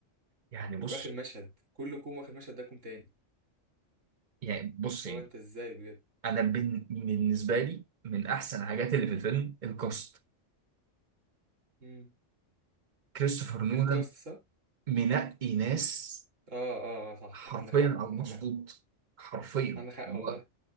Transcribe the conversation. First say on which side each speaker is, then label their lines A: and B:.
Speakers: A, on the right (about 45°); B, on the right (about 85°).
A: يعني بص
B: وفي اخر مشهد كل كوم واخر مشهد ده كوم تاني
A: يعني بص
B: اللي
A: يعني
B: هو انت ازاي بجد
A: انا بن- بالنسبه لي من احسن الحاجات اللي في الفيلم الكاست
B: امم
A: كريستوفر نولان
B: الكاست صح اه
A: منقي ناس
B: اه آه، صح
A: حرفيا
B: عندك حق
A: على المظبوط
B: عندك حق
A: حرفيا
B: عندك حق
A: اللي
B: والله
A: هو